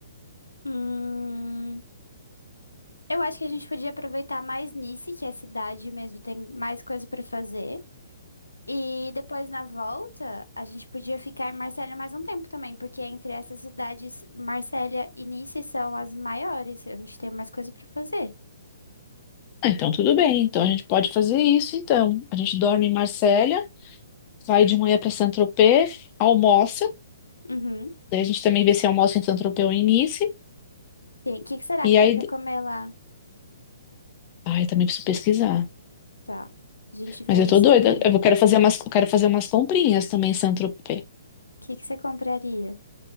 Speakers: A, on the left; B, on the left.
A: Hum, eu acho que a gente podia aproveitar mais Nice, que é a cidade mesmo, tem mais coisa pra fazer. E depois na volta, a gente podia ficar em Marsella mais um tempo também, porque entre essas cidades, Marsella e Nice são as maiores. A gente tem mais coisa pra fazer.
B: Ah, Então, tudo bem. Então, a gente pode fazer isso, então. A gente dorme em Marsella, vai de manhã para Saint-Tropez, almoça.
A: Uhum.
B: Daí a gente também vê se almoça em Saint-Tropez ou em Nice.
A: Tem. O que que será
B: E
A: que tem
B: aí...
A: pra comer lá?
B: Ai, também preciso pesquisar.
A: Tá. A gente vê
B: Mas eu
A: isso
B: tô doida.
A: também.
B: Eu
A: O
B: quero fazer umas, eu quero fazer umas comprinhas também em Saint-Tropez.
A: que que você compraria?